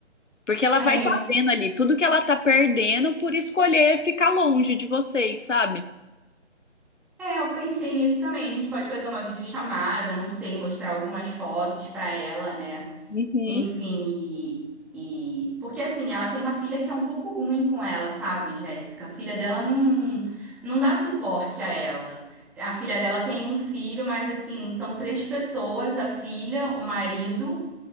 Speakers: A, on the left; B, in the centre.
A: Porque ela
B: É,
A: vai tá vendo ali tudo que ela tá perdendo por escolher ficar longe de vocês, sabe?
B: é, eu pensei nisso também. A gente pode fazer uma videochamada, não sei, mostrar algumas fotos pra ela, né?
A: Uhum,
B: Enfim, e, e- Porque assim, ela tem uma filha que é um pouco ruim com ela, sabe, Jéssica? A filha dela não, não dá suporte a ela. A filha dela tem um filho, mas assim, são três pessoas, a filha, o marido